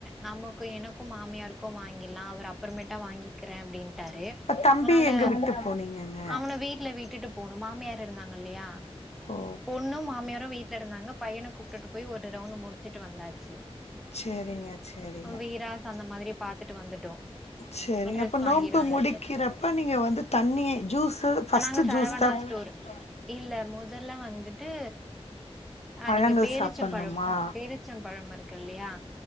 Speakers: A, in the centre; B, on the left.
A: நமக்கு என க்கு மாமியாருக்கு வாங்கிலா அவர் அப்பறமேட்டா வாங்கி கிறே அப்டிட்டாரு
B: தம்பி
A: அதனால
B: எங்க விட்டு போனீங்கங்க
A: அவனை வீட்ல விட்டுட்டு போணு மாமியார் ட இருந்தாங்க இல்லையா
B: ஓ
A: பொண்ணு மாமியாரு வீட்ல இருந்தாங்க பையனை கூப்பிட்டு போய் ஒரு ரவுண்டு முடிச்சுட்டு வந்தாச்சு
B: சேரிங்க சேரி
A: அவ்வீராஸ் அந்த மாதிரி பாத்துட்டு வந்துட்டோ
B: சேரிங்க
A: ட்ரெஸ்
B: அப்ப
A: வாங்கிட்டு
B: நோம்பு
A: வந்தாச்சு
B: முடிக்கிறப்ப நீங்க வந்து தண்ணியே ஜூஸ்சு ஃபஸ்ட்டு
A: நாங்க சரவணா
B: ஜூஸ் தா ்டோர்
A: ஸ்டோர் இல்ல முதல்லா வந்துட்டு அ
B: பழங்கள்
A: நீங்க பேரீச்சம்பழம்
B: சாப்பட்ணுமா
A: பேரீச்சம்பழம் இருக்கு இல்லையா